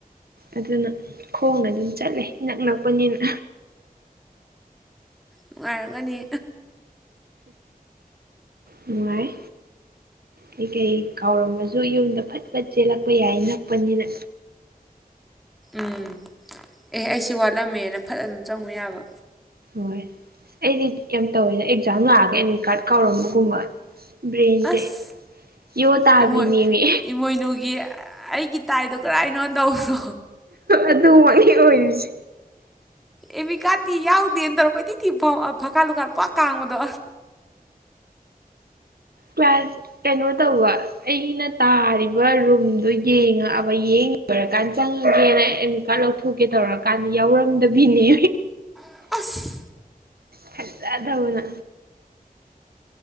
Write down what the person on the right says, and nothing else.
ꯑꯗꯨꯅ ꯈꯣꯡꯅ ꯑꯗꯨꯝ ꯆꯠꯂꯦ ꯅꯛ ꯅꯛꯄꯅꯤꯅ
ꯅꯨꯡꯉꯥꯏ ꯀꯩ ꯀꯩ ꯀꯥꯎꯔꯝꯃꯁꯨ ꯌꯨꯝꯗ ꯐꯠ ꯐꯠ ꯆꯦꯜꯂꯛꯄ ꯌꯥꯏ ꯅꯛꯄꯅꯤꯅ
ꯍꯣꯏꯁ ꯑꯩꯗꯤ ꯌꯥꯝ ꯇꯧꯋꯦꯗ ꯑꯦꯛꯖꯥꯝ ꯂꯥꯛꯑꯒ ꯑꯦꯗꯃꯤꯠ ꯀꯥꯔꯗ ꯀꯥꯎꯔꯝꯕꯒꯨꯝꯕ ꯕ꯭ꯔꯦꯟꯁꯦ
ꯌꯣ ꯇꯥꯕꯤꯅꯦꯃꯤ
ꯑꯗꯨꯃꯛꯅꯤ ꯑꯣꯏꯔꯤꯁꯦ
ꯀ꯭ꯂꯥꯁ ꯀꯩꯅꯣ ꯇꯧꯕ ꯑꯩꯅ ꯇꯥꯔꯤꯕ ꯔꯨꯝꯗꯨꯣ ꯌꯦꯡꯉꯑꯕ ꯌꯦꯡ ꯂꯣꯏꯔꯀꯥꯟꯗ ꯆꯪꯉꯒꯦꯅ ꯑꯩ ꯏꯀꯥꯟ ꯂꯧꯊꯣꯛꯀꯦ ꯇꯧꯔꯛꯒ ꯀꯥꯟꯗ ꯌꯥꯎꯔꯝꯗꯕꯤꯅꯦ
ꯐꯖꯗꯕꯅ